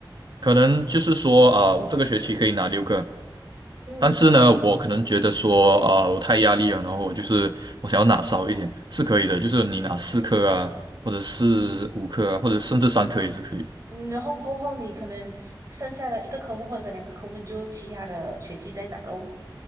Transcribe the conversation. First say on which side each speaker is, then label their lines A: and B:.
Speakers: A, on the right (about 65°); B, on the right (about 40°).
A: 可能就是说啊、我这个学期可以拿六个，
B: 嗯，
A: 但是呢，我可能觉得说啊、我太压力了，然后我就是我想要拿少一点，是可以的，就是你拿四科啊，或者是五科啊，
B: 嗯，
A: 或者甚至三科也是可以
B: 嗯然后过后你可能剩下的一个科目或者两个科目，你就其他的学期再拿喽。